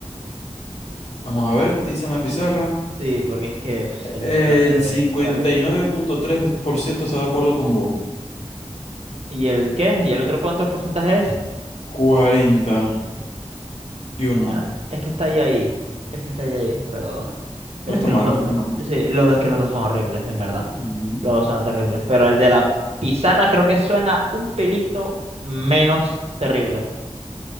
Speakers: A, on the left; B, on the right.
A: Vamos a ver, tiza en la pizarra.
B: Sí, porque es que pf, el
A: El
B: del plato es
A: cincuenta
B: terrible.
A: y nueve punto tres por ciento está de acuerdo con vos.
B: ¿Y el qué? ¿Y el otro cuánto porcentaje es?
A: Cuarenta y uno.
B: Bueno, es que está ahí ahí. Es que está ahí ahí, pero. Pero
A: No está
B: es que
A: mal,
B: los dos.
A: no está mal.
B: Sí, los dos es que los dos son horribles, en verdad.
A: Mm.
B: Los dos son terribles. Pero el de la pizarra creo que suena un pelito menos terrible.